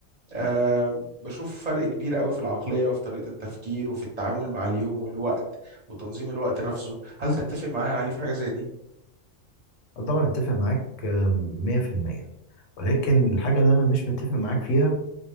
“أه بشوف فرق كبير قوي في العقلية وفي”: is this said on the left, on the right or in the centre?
Right